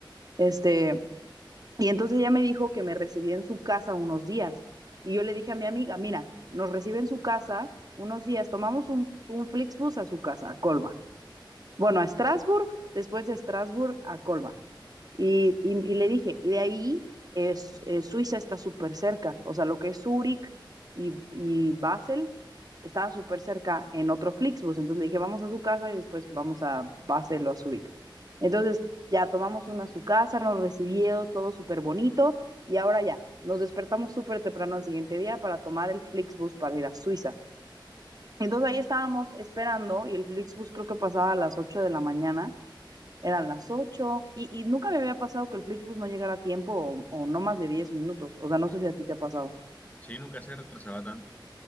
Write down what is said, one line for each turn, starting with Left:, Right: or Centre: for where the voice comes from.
Right: Este, y entonces ella me dijo que me recibía en su casa unos días. Y yo le dije a mi amiga, mira, nos recibe en su casa unos días, tomamos un, un Flixbus a su casa, a Colma bueno, a Strasbourg, después de Strasbourg a Colmar. Y, y, y le dije, y de ahí es, eh, Suiza está súper cerca, o sea, lo que es Zúrich y, y Basel estaba súper cerca en otro Flixbus, entonces le dije, vamos a su casa y después vamos a Basel o a Zúrich. Entonces ya tomamos uno a su casa, nos recibió todo súper bonito y ahora ya, nos despertamos súper temprano al siguiente día para tomar el Flixbus para ir a Suiza. Entonces ahí estábamos esperando y el Flixbus creo que pasaba a las 8 de la mañana, eran las 8 y, y nunca me había pasado que el Flixbus no llegara a tiempo o, o no más de 10 minutos, o sea, no sé si a ti te ha pasado.
Left: Sí, nunca se retrasaba tanto.